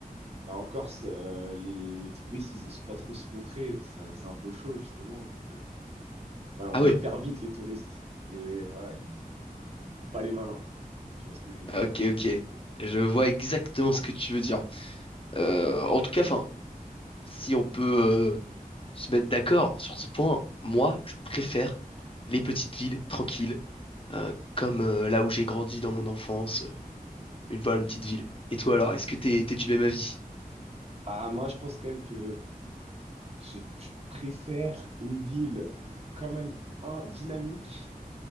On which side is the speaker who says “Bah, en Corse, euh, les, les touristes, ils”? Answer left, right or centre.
Right